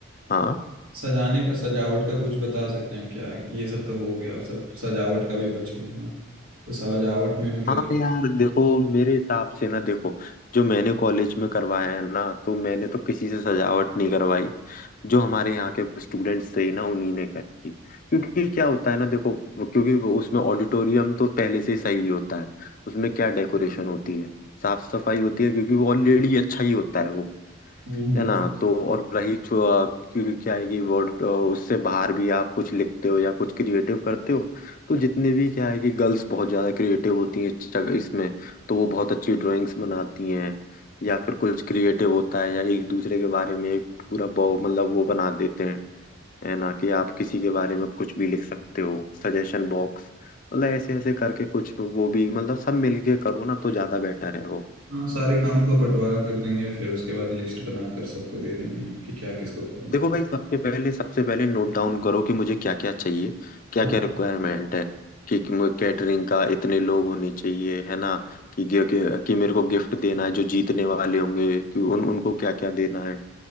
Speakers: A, on the left; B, on the right.
A: हाँ
B: सजाने का सजावट का कुछ बता सकते हैं क्या ये सब तो हो गया अब सब सजावट का भी बच गया है ना तो सजावट में मतलब
A: हाँ
B: कि-
A: यार देखो मेरे हिसाब से ना देखो जो मैंने कॉलेज में करवाया है ना तो मैंने तो किसी से सजावट नहीं करवाई जो हमारे यहाँ के स्टूडेंट्स थे ना उन्हीं ने करी थी क्योंकि क्या होता है ना देखो वो- क्योंकि वो उसमें ऑडिटोरियम तो पहले से ही सही होता है उसमें क्या डेकोरेशन होती है साफ सफाई होती है क्योंकि वो ऑलरेडी अच्छा ही होता है वो
B: हम्म हम्म।
A: है ना तो और रही छो- क्योंकि क्या है कि वर्ड उससे बाहर भी आप कुछ लिखते हो या कुछ क्रिएटिव करते हो तो जितने भी क्या है कि गर्ल्स बहुत ज्यादा क्रिएटिव होती हैं इस जगह- इसमें तो वो बहुत अच्छी ड्राइंग्स बनाती हैं या फिर कुछ क्रिएटिव होता है या एक दूसरे के बारे में एक पूरा बहु- मतलब वो बना देते हैं है ना कि आप किसी के बारे में कुछ भी लिख सकते हो सजेशन बॉक्स मतलब ऐसे ऐसे करके कुछ वो भी मतलब सब मिलके करो ना तो ज्यादा बेटर है वो
B: हाँ सारे कामों का बंटवारा कर देंगे फिर उसके बाद लिस्ट बनाकर सबको दे देंगे कि क्या किसको करना
A: देखो
B: है
A: भाई सबसे पहले सबसे पहले नोट डाउन करो कि मुझे क्या क्या चाहिए क्या
B: हाँ
A: क्या रिक्वायरमेंट है कि, कि कैटरिंग का इतने लोग होने चाहिए है ना कि, कि, कि, कि मेरे को गिफ्ट देना है जो जीतने वाले होंगे कि उन उनको क्या क्या देना है